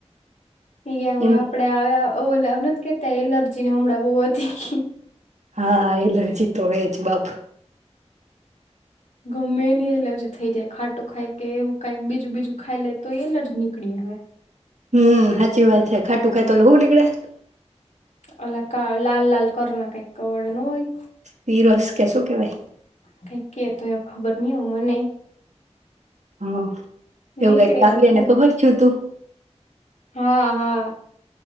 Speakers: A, on the left (about 80°); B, on the right (about 80°).
A: યાવા
B: એનું
A: આપડ્યા ઓલ કેતા એલર્જી ને હમણાં બહુ હતી
B: હા એલર્જી તો હો જ બાપ
A: ગમે એની એલર્જી થઈ જાય ખાટું ખાય કે એવું કઈ બીજું બીજું ખાઈ લે તો એલર્જી નીકળી હવે
B: હમ સાચી વાત છે ખાટું ખાયતો લ હું <unintelligible>
A: અલા ક લાલ લાલ કરો ના કઈવડ ન હોય
B: તીરસ કે શું કેવાય
A: ક કે તો એ ખબર નહ હો મને
B: હ એવું
A: નીકળે
B: ક
A: એટલું
B: આવ ને ખબર છ તું
A: હા હા